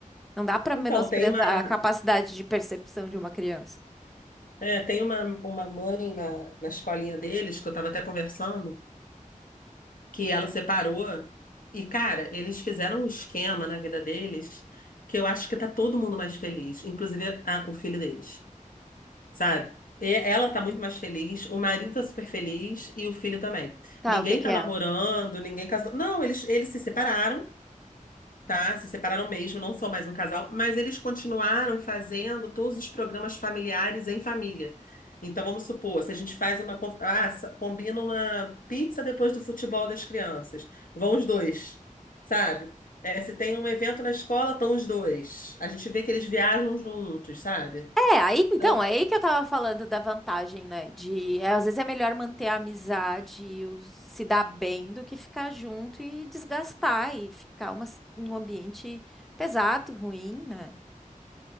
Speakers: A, in the centre; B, on the left.
A: não dá para
B: Então,
A: menosprezar
B: tem uma,
A: a capacidade de percepção de uma criança.
B: é, tem uma, uma mãe na, na escolinha deles, que eu estava até conversando, que ela separou. E, cara, eles fizeram um esquema na vida deles que eu acho que tá todo mundo mais feliz, inclusive a- o filho deles, sabe? E ela tá muito mais feliz, o marido tá super feliz e o filho também.
A: Tá,
B: Ninguém
A: o que que
B: tá
A: é?
B: namorando, ninguém casou. Não, eles, eles se separaram tá? Se separaram mesmo, não são mais um casal, mas eles continuaram fazendo todos os programas familiares em família. Então, vamos supor, se a gente faz uma. con- Ah, sa- combina uma pizza depois do futebol das crianças. Vão os dois, sabe? É, se tem um evento na escola, estão os dois. A gente vê que eles viajam juntos, sabe?
A: É, aí então,
B: Então,
A: é aí que eu tava falando da vantagem, né? De é, às vezes é melhor manter a amizade e os- se dar bem do que ficar junto e desgastar e ficar uma, um ambiente pesado, ruim, né?